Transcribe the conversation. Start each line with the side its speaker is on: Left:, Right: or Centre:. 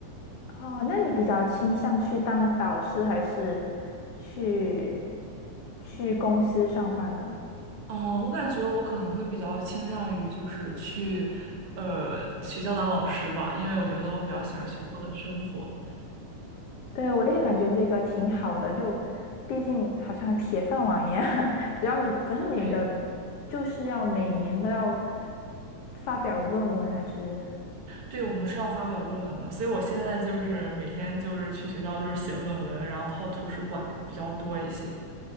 Left: 哦，那你比较倾向去当导师，还是去去公司上班呢？
Right: 哦，我感觉我可能会比较倾向于就是去，呃，学校当老师吧，因为我觉得我比较喜欢学校的生活。
Left: 对，我也感觉这个挺好的，就毕竟好像铁饭碗一样，<laughs> 只要你，可是你的就是要每年都要
Right: 对，
Left: 发表论文，还是
Right: 对，我们是要发表论文的，所以我现在就是每天就是去学校就是写论文，然后泡图书馆比较多一些。